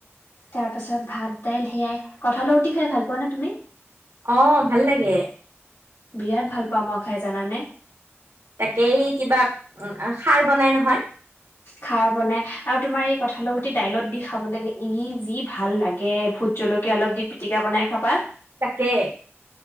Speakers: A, on the left (about 75°); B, on the right (about 70°).
A: তাৰ পাছত ভাত দাইল সেয়াই কঁঠাল গুতি খাই ভাল পোৱা নে তুমি?
B: অ' ভাল লাগে
A: বিৰাট ভাল পাোৱা মই খাই জানানে <inaudible>
B: তাকেই কিবা সাৰ বনাই নহয়।
A: খাৰ বনাই আৰু তোমাৰ এই কঁঠাল গুতি দাইলত দি খাব লাগে ই যি ভাল লাগে ভোট জলকীয়া অলপ দি পিটিকা বনাই খাবা।
B: তাকে <inaudible>